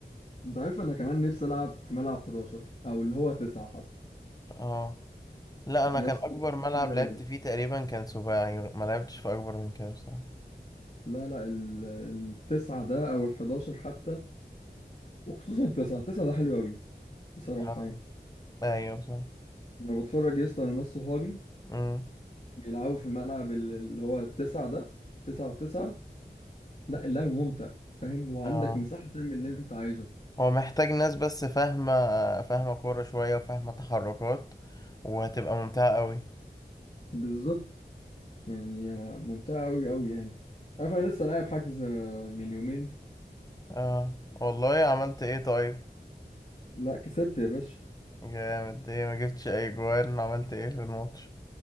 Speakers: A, on the left; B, on the left.
A: انت عارف انا كمان نفسي العب في ملعب 11 او اللي هو 9 حتى
B: اه لا أنا
A: يا
B: كان
A: اسطى
B: أكبر ملعب
A: حلو
B: لعبت
A: قوي
B: فيه تقريبا كان سباعي ما لعبتش في أكبر من كده بصراحة
A: لا لا ال- التسعة ده او ال11 حتى وخصوصا التسعة التسعة ده حلو قوي بصراحة
B: اه
A: يعني
B: ايوه صح
A: انا بتفرج يا اسطى على ناس صحابي
B: امم
A: بيلعبوا في الملعب ال- اللي هو التسعة ده تسعة وتسعة لا اللعب ممتع فاهم وعندك
B: اه
A: مساحة تعمل اللي انت عايزه
B: هو محتاج ناس بس فاهمة فاهمة كورة شوية وفاهمة تحركات وهتبقى ممتعة قوي
A: بالظبط يعني ممتعة قوي قوي يعني عارف انا لسه لاعب حجز من يومين
B: اه والله عملت ايه طيب
A: لا كسبت يا باشا
B: جامد ايه ما جبتش اي جوان عملت ايه في الماتش